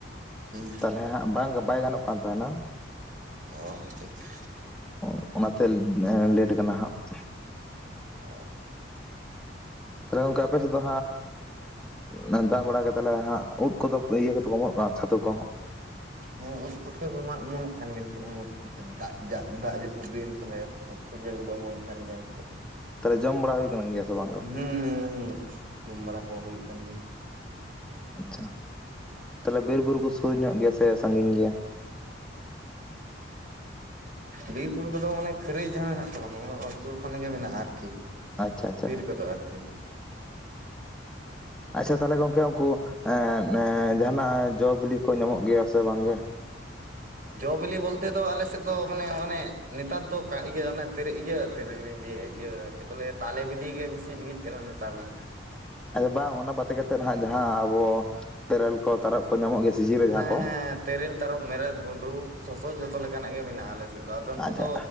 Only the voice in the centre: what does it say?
ᱛᱟᱦᱚᱞᱮ ᱦᱟᱸᱜ ᱵᱟᱝ ᱵᱟᱭ ᱜᱟᱱᱚᱜ ᱠᱟᱱ ᱛᱟᱦᱮᱱᱟ᱾
ᱚ, ᱚᱱᱟᱛᱮ ᱞᱮᱴ ᱠᱟᱱᱟ ᱦᱟᱸᱜ ᱾
ᱛᱟᱦᱚᱞᱮ ᱜᱚᱝᱠᱮ ᱟᱯᱮ ᱥᱮᱫ ᱫᱚ ᱦᱟᱸᱜ ᱫᱟᱜ ᱵᱟᱲᱟ ᱠᱟ ᱠᱟᱛᱮᱟᱞᱮ ᱦᱟᱸᱜ, ᱩᱫ ᱠᱚᱼᱫᱚ ᱤᱭᱟᱹ ᱠᱚᱫᱚ ᱠᱚ ᱮᱢᱚᱜ ᱠᱟᱱᱟ ᱪᱷᱟᱹᱛᱩ ᱠᱚ
ᱛᱟᱦᱚᱞᱮ ᱡᱚᱢ ᱵᱟᱲᱟ ᱦᱩᱭ ᱟᱠᱟᱱ ᱜᱮᱭᱟ ᱥᱮ ᱵᱟᱝ? ᱜᱚ?
ᱟᱪᱪᱷᱟ ᱛᱟᱦᱞᱮ ᱵᱤᱨᱵᱩᱨᱩ ᱠᱚ ᱥᱩᱨ ᱧᱚᱜ ᱜᱮᱭᱟ ᱾ᱥᱮ ᱥᱟᱺᱜᱤᱧ ᱜᱮᱭᱟ?
ᱟᱪᱪᱷᱟ ᱟᱪᱪᱷᱟ
ᱟᱪᱪᱷᱟ ᱛᱟᱦᱚᱞᱮ ᱜᱚᱝᱠᱮ ᱩᱱᱠᱩ, ᱮᱸ ᱮᱸ ᱡᱟᱦᱟᱱᱟᱼᱜ ᱡᱚ ᱵᱤᱞᱤ ᱠᱚ, ᱧᱟᱢᱚᱜ ᱜᱮᱭᱟ ᱥᱮ ᱵᱟᱝᱜᱮ <inaudible>
ᱵᱟᱝ ᱚᱱᱟ ᱵᱟᱫᱮ ᱠᱟᱛᱮᱫ ᱦᱚᱸ ᱡᱟᱦᱟᱸ᱾ ᱟᱵᱚ ᱛᱮᱨᱮᱞ ᱠᱚ ᱛᱟᱨᱚᱵ ᱠᱚ ᱧᱟᱢᱚᱜ ᱜᱮᱭᱟ ᱾ᱥᱤᱡᱤ ᱨᱮ
ᱡᱟᱦᱟᱸ ᱠᱚ
ᱟᱪᱪᱷᱟ